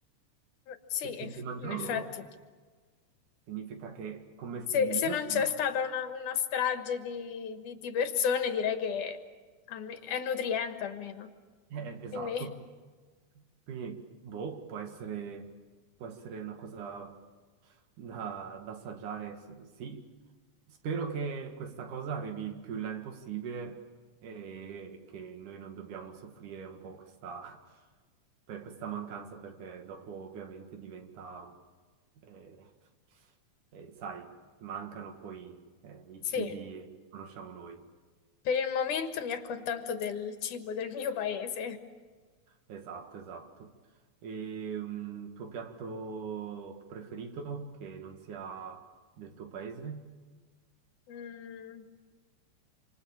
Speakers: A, on the left; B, on the right.
A: Sì,
B: e se
A: eff-
B: li mangiano
A: in effetti.
B: loro significa che commestibili
A: Se, se
B: lo
A: non
B: sono
A: c'è stata una, una strage di, di- di persone, direi che alme- è nutriente almeno.
B: Eh, eh, esatto.
A: Quindi,
B: Quindi, boh, può essere, può essere una cosa da, da assaggiare, s- sì. Spero che questa cosa arrivi il più in là il possibile e che noi non dobbiamo soffrire un po' questa, per questa mancanza, perché dopo ovviamente diventa, eh, eh, sai, mancano poi eh, i
A: sì,
B: cibi che conosciamo noi.
A: per il momento mi accontento del cibo del mio paese.
B: Esatto, esatto. E un tuo piatto preferito che non sia del tuo paese?
A: Mm,